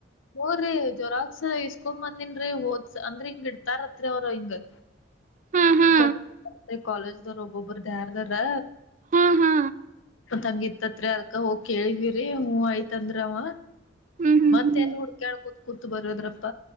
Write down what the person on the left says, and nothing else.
ಹೂ ರಿ ಜೆರಾಕ್ಸ್ ಇಸ್ಕೊಡ ಬಂದಿನ್ರಿ ಓದ್ ಅಂದ್ರ ಈಗ ಬಿಡ್ತಾರತ್ರಿ ಅವ್ರು ಹಿಂಗ.
ಕೊಟ್ಟ ಈ ಕಾಲೇಜದವರ ಒಬ್ರು ಒಬ್ರುದ ಯಾರದ ಅರಾ.
ತ್ಂಗ ಇತ್ತತ್ರಿ ಅದಕ ಹೋಗಿ ಕೇಳಿದ್ವಿರಿ ಹೂ ಆಯ್ತಂದರಿ ಅವ.
ಮತ್ತ ಎಲ್ಲಿ ಹೂಡುಕ್ಯಾಡ್ಕೊಂತ ಕುಂತು ಬರ್ಯೋದ್ರಪ್ಪ.